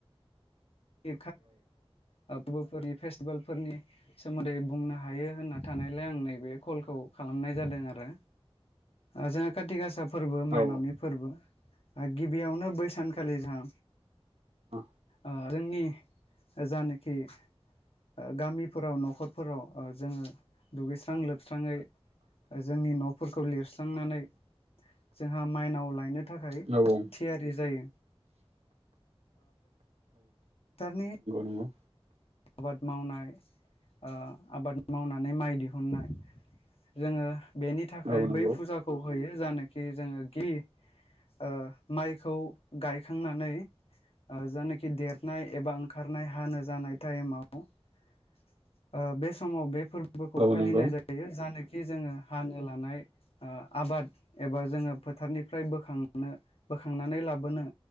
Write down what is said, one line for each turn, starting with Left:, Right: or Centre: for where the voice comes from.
Left: <unintelligible> फोरबोफोरनि फेस्टिभेलफोरनि सोमोन्दै बुंनो हायो होनना थानायलाय आं नैबे कलखौ खालामनाय जादों आरो ओ जोंहा खाथि गासा फोरबो माइनावनि
Right: औ
Left: फोरबो। ओ गिबियावनो बै सानखालि जोंहा
Right: औ
Left: ओ जोंनि जानोखि ओ गामिफोराव न'खरफोराव ओ जोङो दुगैस्रां लोबस्राङै जोंनि न'फोरखौ लिरस्रांनानै जोंहा माइनाव लायनो थाखाय
Right: नंगौ
Left: थियारि जायो। थारनि
Right: नंगौ
Left: आबाद मावनाय ओ आबाद मावनानै माइ दिहुननाय जोङो बेनि थाखाय
Right: औ नंगौ
Left: बै फुजाखौ होयो जानोखि जोङो खि ओ माइखौ गायखांनानै जानोखि देरनाय एबा ओंखारनाय हानो जानाय टाइमाव ओ बे समाव बे फोरब बोखौ
Right: औ
Left: फालिनाय
Right: नंगौ
Left: जायो जानोखि जोङो हानो लानाय ओ आबाद एबा जोङो फोथारनिफ्राय बोखांनो बोखांनानै लाबोनो